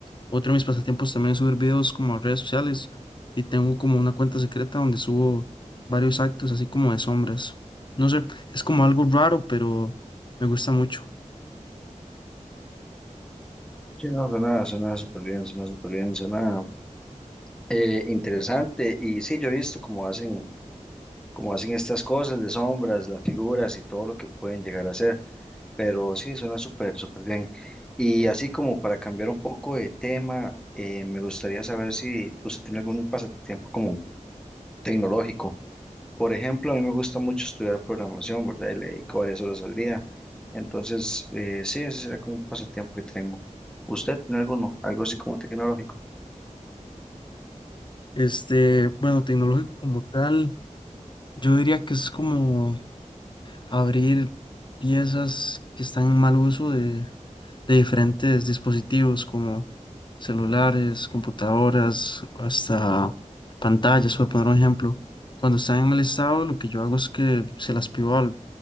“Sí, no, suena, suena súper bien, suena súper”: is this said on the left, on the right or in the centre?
Centre